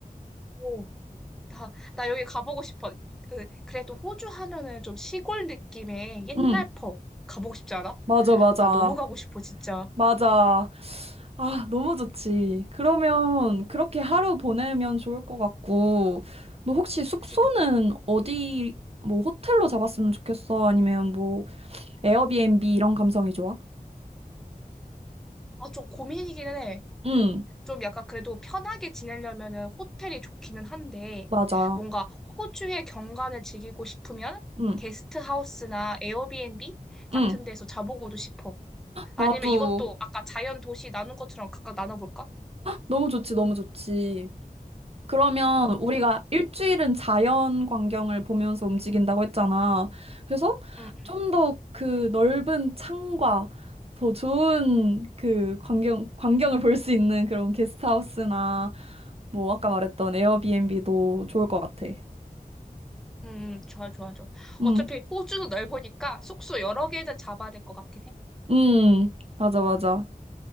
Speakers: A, in the centre; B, on the right.
A: 오, 나, 나 여기 가보고 싶어. 그, 그래도 호주 하면은 좀 시골 느낌의 옛날
B: 응,
A: 퍼 가보고 싶지 않아?
B: 맞아, 맞아.
A: 나 너무 가고 싶어, 진짜.
B: 맞아. 아, 너무 좋지. 그러면 그렇게 하루 보내면 좋을 것 같고, 너 혹시 숙소는
A: 그치, 그치.
B: 어디, 뭐 호텔로 잡았으면 좋겠어? 아니면 뭐 에어비앤비 이런 감성이 좋아?
A: 아, 좀 고민이기는 해.
B: 응,
A: 좀 약간 그래도 편하게 지내려면은 호텔이 좋기는 한데,
B: 맞아.
A: 뭔가 호주의 경관을 즐기고 싶으면
B: 응,
A: 게스트 하우스나 에어비앤비 같은
B: 응.
A: 데서 자보고도 싶어. 아니면
B: 나도
A: 이것도 아까 자연 도시 나눈 것처럼 각각 나눠볼까?
B: 너무 좋지, 너무 좋지. 그러면
A: 음,
B: 우리가 일주일은 자연 광경을 보면서 움직인다고 했잖아. 그래서
A: 음,
B: 좀 더 그 넓은 창과 더 좋은 그 광경, 광경을 볼 수 있는 그런 게스트하우스나 뭐 아까 말했던 에어비앤비도 좋을 것 같아.
A: 음, 좋아, 좋아, 좋아.
B: 응,
A: 어차피 호주도 넓으니까 숙소 여러 개는 잡아야 될 것 같긴 해.
B: 응, 맞아, 맞아.